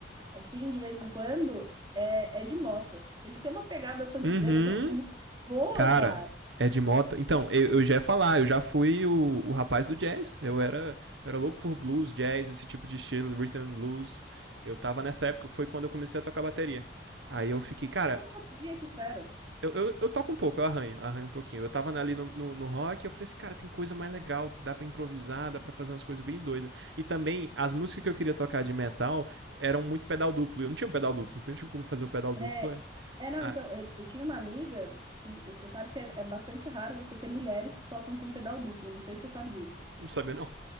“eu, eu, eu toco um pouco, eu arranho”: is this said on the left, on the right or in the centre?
Right